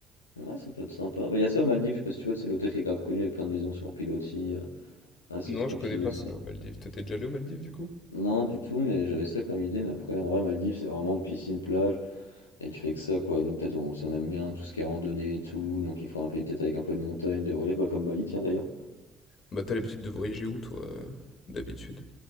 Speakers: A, on the left; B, on the left.
A: Ouais, ça peut être sympa. Bah, Il y a ça aux Maldives, je sais pas si tu vois, c'est l'hôtel qui est grave connu avec plein de maisons sur pilotis, euh, assez
B: Non,
A: tranquille
B: je connais pas
A: aussi.
B: ça, aux Maldives. Toi, tu déjà allé aux Maldives, du coup?
A: Non, du tout, mais j'avais ça comme idée, mais après, en vrai, Maldives, c'est vraiment piscine, plage, et tu fais que ça, quoi. Et nous, peut-être, on, si on aime bien tout ce qui est randonnée et tout, donc il faut un pays peut-être avec un peu de montagne, de relief, bah, comme Bali, tiens d'ailleurs.
B: Bah, t'as l'habitude de voyager où, toi, heu, d'habitude?